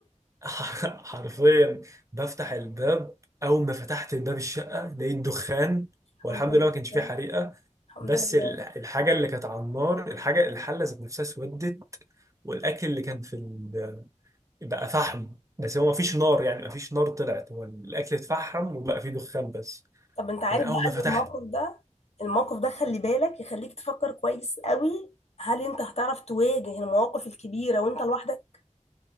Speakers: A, on the right; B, on the left.
A: <laughs> حرفيا بفتح الباب اول ما فتحت الباب الشقه لقيت دخان
B: الحمد
A: والحمد
B: لله
A: لله ما كانش فيه حريقه
B: الحمد
A: بس
B: لله
A: ال- الحاجه اللي كانت على النار الحاجه الحله ذات نفسها اسودت والاكل اللي كان في ال... بقى فحم بس هو ما فيش نار يعني ما فيش نار طلعت هو الاكل اتفحم وبقى فيه دخان بس
B: طب انت عارف
A: فانا اول
B: بقى
A: ما فتحت
B: ان الموقف ده الموقف ده خلي بالك يخليك تفكر كويس قوي هل انت هتعرف تواجه المواقف الكبيرة وانت لوحدك